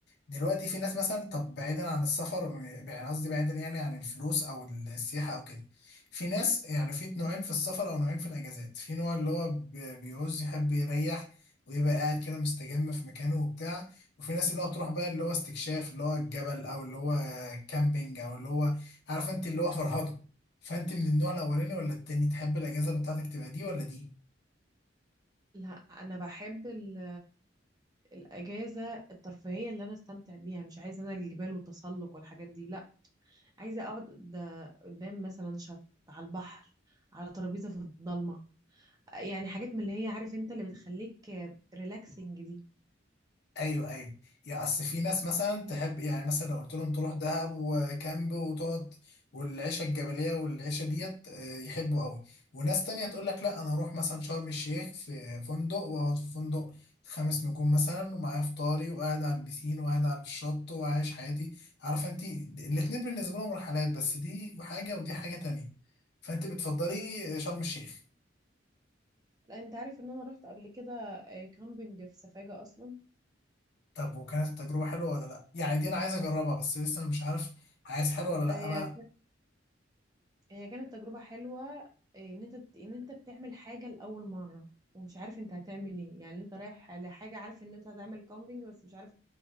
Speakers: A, on the left (about 60°); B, on the right (about 20°).
A: دلوقتي في ناس مثلا طب بعيدا عن السفر يعني قصدي بعيدا يعني عن الفلوس او السياحه او كده في ناس يعني في نوعين في السفر او نوعين في الاجازات في نوع اللي هو ب- بيعوز يحب يريح ويبقى قاعد كده مستجم في مكانه وبتاع وفي ناس اللي هو بتروح بقى اللي هو استكشاف اللي هو الجبل او اللي هو كامبينج او اللي هو عارف انت اللي هو فرهضه فانت من النوع الاولاني ولا التاني تحب الاجازه بتاعتك تبقى دي ولا دي
B: لا انا بحب ال- الاجازه الترفيهيه اللي انا استمتع بيها مش عايزه انا الجبال والتسلق والحاجات دي لا عايزه اقعد قد- قدام مثلا شط على البحر على ترابيزه في الضلمه يعني حاجات من اللي هي عارف انت اللي بتخليك ريلاكسنج دي
A: ايوه ايوه يا اصل في ناس مثلا تحب يعني مثلا لو قلت لهم تروح دهب وكامب وتقعد والعيشه الجبليه والعيشه ديت آه، يحبوا قوي وناس تانية تقول لك لا انا اروح مثلا شرم الشيخ في فندق واقعد في فندق خمس نجوم مثلا ومعايا فطاري وقاعد على البسين وقاعد على الشط وعايش حياتي عارفه انت الاتنين بالنسبه لهم رحلات بس دي حاجه ودي حاجه تانية فانت بتفضلي شرم الشيخ
B: لا انت عارف ان انا رحت قبل كده آه، كامبينج في سفاجة اصلا
A: طب وكانت التجربه حلوه ولا لا يعني دي انا عايز اجربها بس لسه مش عارف عايز حلوه ولا لا
B: هي
A: بقى
B: هي كانت تجربة حلوة آه، ان انت ان انت بتعمل حاجة لأول مرة ومش عارف انت هتعمل ايه يعني انت رايح لحاجة عارف ان انت هتعمل كامبينج بس مش عارف